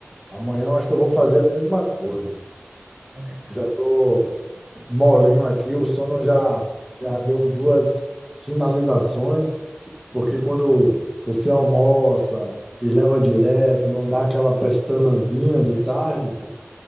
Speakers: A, in the centre; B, on the right.
A: Amanhã eu acho que
B: É,
A: eu vou fazer a mesma coisa.
B: tá certo.
A: Já tô molinho aqui, o sono já já deu duas sinalizações, porque quando você almoça e leva direto, não dá aquela pestanazinha de tarde,